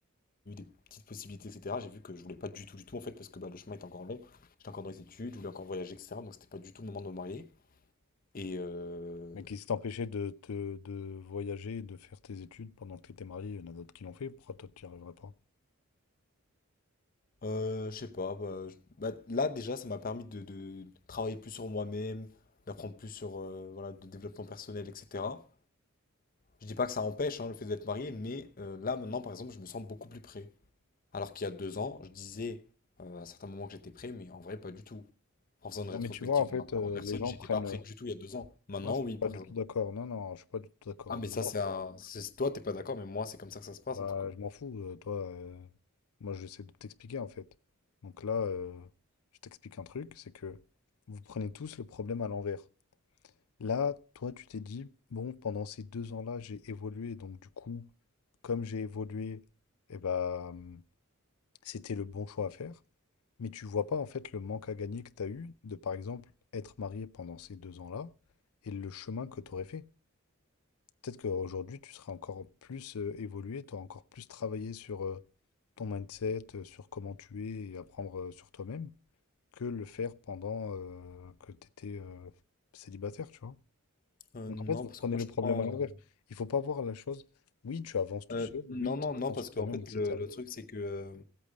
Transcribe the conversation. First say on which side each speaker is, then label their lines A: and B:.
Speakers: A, on the left; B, on the left.
A: eu des petites possibilités, etc. J'ai vu que je voulais pas du tout, du tout, en fait, parce que bah, le chemin était encore long. J'étais encore dans les études, je voulais encore voyager, etc. Donc c'était pas du tout le moment de me marier. Et euh,
B: Mais qui t'empêchait de, te- de voyager, et de faire tes études pendant que tu étais marié, il y en a d'autres qui l'ont fait. Pourquoi toi, tu n'y arriverais pas?
A: euh, je sais pas, bah, je- bah, là déjà, ça m'a permis de, de travailler plus sur moi-même, d'apprendre plus sur euh, voilà, de développement personnel, etc. Je dis pas que ça empêche hein, le fait d'être marié, mais euh, là maintenant, par exemple, je me sens beaucoup plus prêt. Alors qu'il y a deux ans, je disais euh, à certains moments que j'étais prêt, mais en vrai, pas du tout. En faisant une rétrospective
B: Non, mais tu vois, en fait,
A: de ma propre
B: euh,
A: personne,
B: les gens
A: j'étais
B: prennent.
A: pas prêt du tout il y a deux ans. Maintenant,
B: Moi, je suis
A: oui, par
B: pas du
A: exemple.
B: tout d'accord. Non, non, je suis pas du tout d'accord.
A: Ah, mais
B: Les
A: ça,
B: gens,
A: c'est un. c'est- Toi, t'es pas d'accord, mais moi, c'est comme ça que ça se passe,
B: bah,
A: en tout cas.
B: je m'en fous. euh, toi, euh, moi, j'essaie de t'expliquer en fait. Donc là, euh, je t'explique un truc, c'est que vous prenez tous le problème à l'envers. Là, toi, tu t'es dit, bon, pendant ces deux ans-là, j'ai évolué. Donc du coup, comme j'ai évolué, eh bah, mmh, c'était le bon choix à faire. Mais tu vois pas en fait le manque à gagner que tu as eu de, par exemple, être marié pendant ces deux ans-là et le chemin que tu aurais fait. Peut-être qu'aujourd'hui, tu seras encore plus euh, évolué, tu auras encore plus travaillé sur euh, ton mindset, euh, sur comment tu es et apprendre euh, sur toi-même, que le faire pendant euh, que tu étais célibataire, tu vois.
A: Euh,
B: Donc
A: non,
B: en fait, vous
A: parce
B: prenez
A: que moi,
B: le
A: je
B: problème
A: crois en.
B: à l'envers. Il faut pas voir la chose, oui, tu avances tout
A: euh,
B: seul,
A: non,
B: oui,
A: non,
B: tu apprends
A: non, parce
B: sur
A: qu'en
B: toi-même,
A: fait,
B: etc.
A: le, le truc, c'est que. euh,